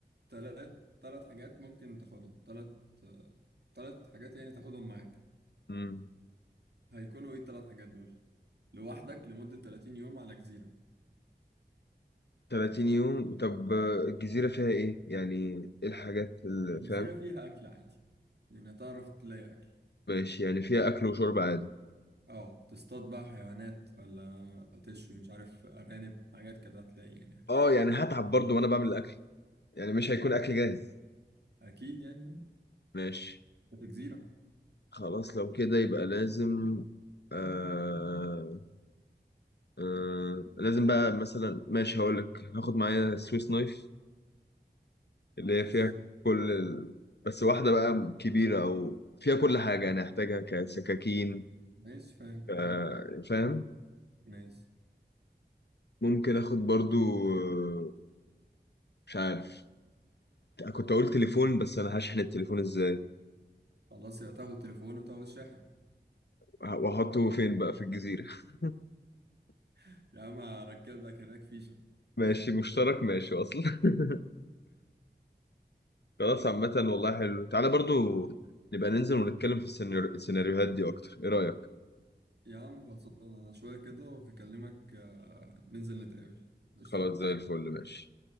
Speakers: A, on the right (about 70°); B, on the left (about 70°).
A: ثلاث ثلاث حاجات ممكن تاخدهم ثلاث ثلاث حاجات يعني تاخدهم معاك
B: امم
A: هيكونوا ايه الثلاث حاجات دول لوحدك لمده 30 يوم على جزيره
B: 30 يوم طب آه، الجزيرة فيها ايه يعني ايه الحاجات اللي
A: الجزيره
B: فاهم
A: فيها اكل عادي يعني هتعرف تلاقي اكل
B: ماشي يعني فيها اكل وشرب عادي
A: اه تصطاد بقى حيوانات ولا تشوي مش عارف ارانب حاجات كده هتلاقي يعني
B: اه يعني هتعب برضو وانا بعمل الاكل يعني مش هيكون اكل جاهز
A: أكيد يعني
B: ماشي
A: في جزيرة
B: خلاص لو كده يبقى لازم آه آه لازم بقى مثلا ماشي هقول لك هاخد معايا سويس نايف اللي
A: ماشي
B: هي فيها كل ال... بس واحدة بقى كبيرة أو فيها كل حاجة يعني هحتاجها كسكاكين
A: ماشي فاهم
B: ك-
A: فاهم
B: فاهم
A: ماشي
B: ممكن آخد برضو آه، مش عارف كنت أقول تليفون بس أنا هشحن التليفون إزاي
A: خلاص يا تاخد التليفون وتاخد الشاحن
B: وأحطه فين بقى في الجزيرة <laughs>
A: <laughs> يا عم هركب لك هناك فيشة
B: ماشي مشترك ماشي أصلا <laughs> خلاص عامة والله حلو تعالى برضو نبقى ننزل ونتكلم في السيناريو- السيناريوهات دي أكتر إيه رأيك؟
A: يا عم خلصان انا شوية كده وهكلمك آه، ننزل نتقابل قشطة
B: خلاص زي الفل ماشي